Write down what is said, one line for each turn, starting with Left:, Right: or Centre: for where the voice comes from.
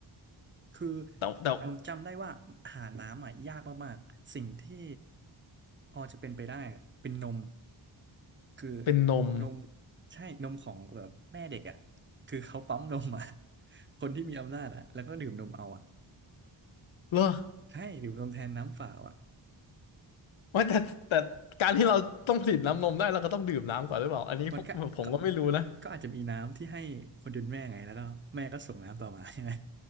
Right: คือ
Left: แต่แต่
Right: จำจำได้ว่าหาน้ำอ่ะยากมากๆสิ่งที่พอจะเป็นไปได้เป็นนมคือ
Left: เป็นนม
Right: นมใช่นมของแบบแม่เด็กอ่ะคือเขาปั๊มนมอ่ะ <laughs> คนที่มีอำนาจอ่ะแล้วก็ดื่มนมเอาอ่ะ
Left: เหรอ
Right: ใช่ดื่มนมแทนน้ำเปล่าอ่ะ
Left: ว่าแต่แต่การที่เราต้องผลิตน้ำนมได้เราก็ต้องดื่มน้ำก่อนหรือเปล่าอันนี้ผมผมก็ไม่รู้นะ
Right: มันก็ก็ก็อาจจะมีน้ำที่ให้คนจนแม่ไงแล้วก็แม่ก็ส่งน้ำต่อมา <laughs> ใช่ไหม